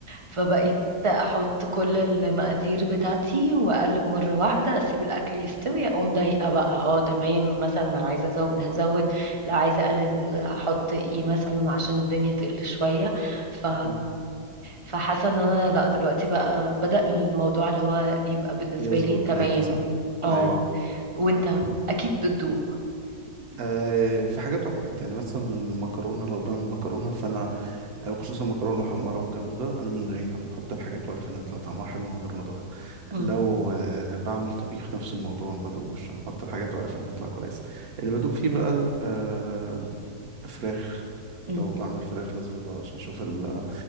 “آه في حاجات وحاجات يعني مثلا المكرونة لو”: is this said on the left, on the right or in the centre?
Right